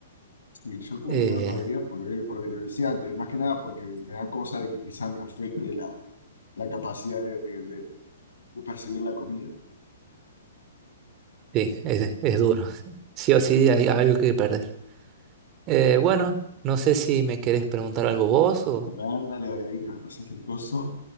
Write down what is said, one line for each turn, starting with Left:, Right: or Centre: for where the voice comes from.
Left: Sí, yo creo
Right: Eh,
Left: que no lo podría por, por lo que te decía antes, y más que nada porque me da cosa de que quizá me afecte la, la capacidad de, de- de- de percibir la comida.
Right: sí, es, es duro. Sí o sí hay algo que perder. Eh, bueno, no sé si me querés preguntar algo vos o...
Left: A ver, dale, dale ahí que me pasaste el coso.